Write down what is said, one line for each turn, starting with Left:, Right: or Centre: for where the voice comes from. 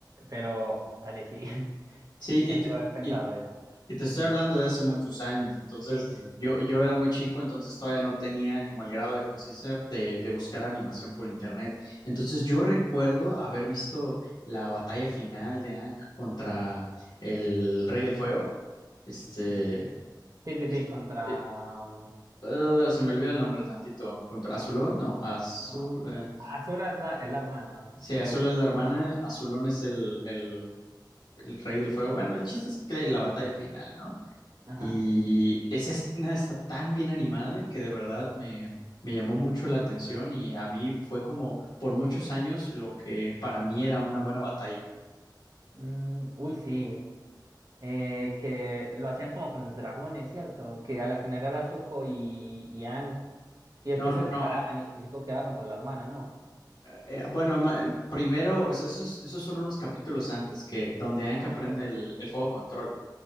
Right: pero dale, sí, <laughs>
Left: Sí,
Right: chicharro
Left: y, t-
Right: haber pensado
Left: y
Right: eso.
Left: Y te estoy hablando de hace muchos años, entonces
Right: Sí, sí,
Left: yo,
Right: sí.
Left: yo era muy chico, entonces todavía no tenía como el grado de conciencia de, de buscar animación por internet. Entonces yo recuerdo haber visto la batalla final de Aang contra el Rey del Fuego, este,
Right: Mm. Sí, sí,
Left: este,
Right: sí, contra... um,
Left: eh, se me olvidó el nombre tantito, contra Azulón, no, Azul,
Right: No.
Left: eh,
Right: Azura es la, es la hermana,
Left: sí,
Right: pero...
Left: Azul es la hermana, Azulón es el, el, el Rey del Fuego. Bueno, el chiste es que la batalla final, ¿no?
Right: Ajá.
Left: Y esa escena está tan bien animada que de verdad me, me llamó mucho la atención y a mí fue como por muchos años lo que para mí era una buena batalla.
Right: Mm, uy, sí. Eh, que lo hacían como con los dragones, ¿cierto? Que a la final era Zuko y, y Aang, y después
Left: No, no,
Right: se separaban
Left: no.
Right: y, y Zuko quedaba contra la hermana, ¿no?
Left: eh, bueno, ma- eh, primero, o sea, esos, esos son unos capítulos antes que donde Anka
Right: Ok.
Left: aprende el, el fuego control.